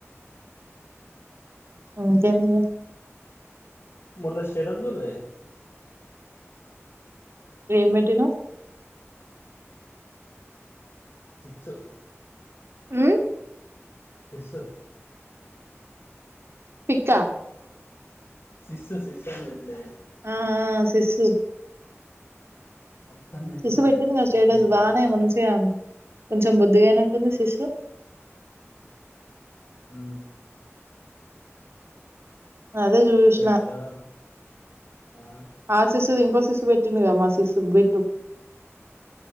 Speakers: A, on the right; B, on the left.
A: అను కంది
B: మొన్న స్టేటస్ చూడ్లే
A: ఏం పెట్టినావ్
B: చిిచ్చు
A: ఆ
B: సిశు
A: పికా
B: శిస్ శిసన్ పెట్టలేదే
A: ఆ శిశు
B: మొత్తం చెప్పినుండే
A: సిస్ పెట్టింది గద స్టేటస్
B: ఇట్లా ఇట్లా
A: బాగానే
B: ఇట్లా
A: మంచిగా కొంచెం బోద్ధిగా అయినట్టుంది శిశు
B: ఉ
A: అదే చూసిన
B: ఇట్లా ఇట్లా ఆ
A: ఆ సిస్ ది ఇంకో సిస్ పెట్టిండు గా మా సిస్ బిట్టు